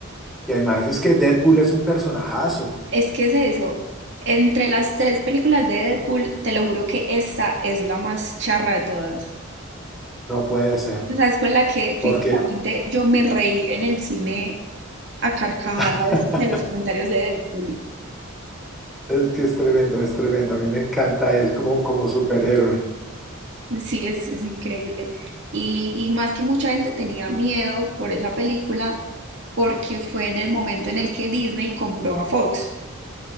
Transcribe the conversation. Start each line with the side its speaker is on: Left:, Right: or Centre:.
Centre: Y además es que Deadpool es un personajazo.
Right: Es que es eso. Entre las tres películas de Deadpool, te lo juro que esta es la más charra de todas.
Centre: No puede ser,
Right: O sea, es con la que
Centre: porque
Right: físicamente yo me reí en el cine a carcajadas
Centre: <laughs>
Right: de los comentarios de Deadpool.
Centre: es que es tremendo, es tremendo. A mí me encanta él como, como superhéroe.
Right: Sí, es, es increíble. Y, y más que mucha gente tenía miedo por esa película, porque fue en el momento en el que Disney compró a Fox.